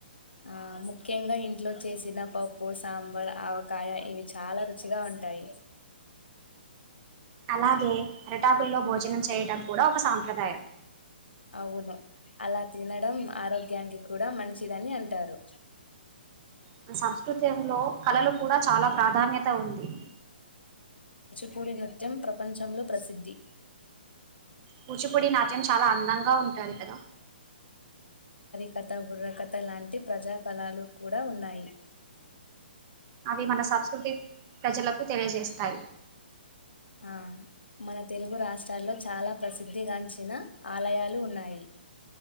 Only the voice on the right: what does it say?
అలాగే అరిటాకుల్లో భోజనం చేయడం కూడా ఒక సాంప్రదాయం.
మన సంస్కృతంలో కళలు కూడా చాలా ప్రాధాన్యత ఉంది
కూచిపూడి నాట్యం చాలా అందంగా ఉంటంది కదా.
అది మన సంస్కృతి ప్రజలకు తెలియజేస్తాయి.